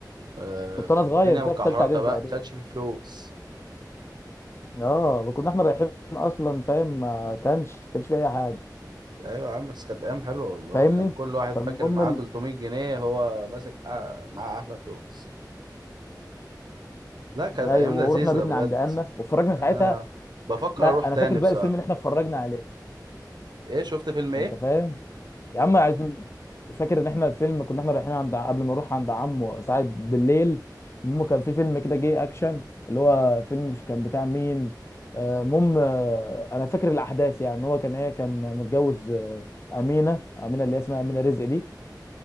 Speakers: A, on the right; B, on the left.
A: آه
B: كنت
A: كانت
B: انا صغير
A: الدنيا
B: كده
A: مكحرته
B: في ثالثه اعدادي
A: بقى
B: تقريبا
A: كانش في فلوس
B: اه كنا احنا رايحين اصلا فاهم ما كانش كانش في اي حاجه
A: ايوه يا عم بس كانت ايام حلوه والله
B: فاهمني
A: كان كل واحد
B: فالمهم
A: فاكر معاه 300 جنيه هو ماسك أع- معاه احلى فلوس لا كانت
B: ايوه
A: ايام
B: ورحنا
A: لذيذه
B: بيتنا
A: بجد
B: عند انا واتفرجنا
A: انا
B: ساعتها
A: بفكر
B: لا
A: اروح تاني
B: انا فاكر بقى
A: بصراحه
B: الفيلم اللي احنا اتفرجنا عليه
A: ايه شفت فيلم ايه
B: انت فاهم يا عم عايزين فاكر ان احنا الفيلم كنا احنا رايحين عند قبل ما نروح عند عمو ساعات بالليل المهم كان في فيلم كده جه اكشن اللي هو فيلم مش كان بتاع مين آه، المهم آه، انا فاكر الاحداث يعني إن هو كان ايه كان متجوز آه، امينه امينه اللي هي اسمها امينه رزق دي